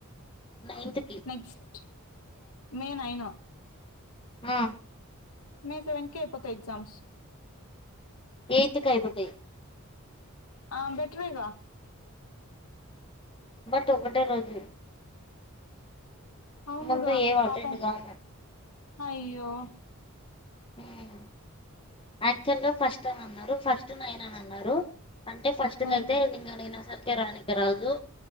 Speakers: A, on the left; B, on the left.
A: నైన్త్ కి
B: నెక్స్ట్ మే నైను
A: ఆ
B: మాయ్ సెవెన్కె అయిపోతాయ్ ఎగ్జామ్స్.
A: యత్కి అయిపోతయ్
B: ఆ బెట్రేగా
A: బర్ ఒకటే రోజు
B: అవునుగా,
A: ముందు ఏం
B: పాపం
A: అటెండ్ కాను
B: అయ్యో!
A: హ్మ్ అ ముఖ్యంగా ఫస్ట్టైమ్ అన్నారు ఫస్ట్ నైన్ అని అన్నారు అంటే ఫస్ట్కయితే
B: ఉమ్
A: ఇంగ నేను అసల్కే రానిక రాజు